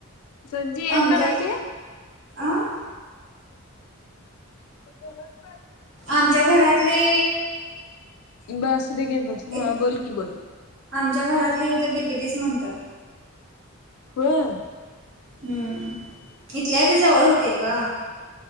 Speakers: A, on the left; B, on the right.
A: संजी एन
B: आमच्या
A: म्हणाल ती.
B: अ
A: <unintelligible>
B: आमच्या घरातली
A: हा
B: इत
A: बोल की बोल.
B: आमच्या घरातली त डिकेटीच म्हणतात.
A: होय.
B: हम्म इथल्या इथे जवळ होते ग.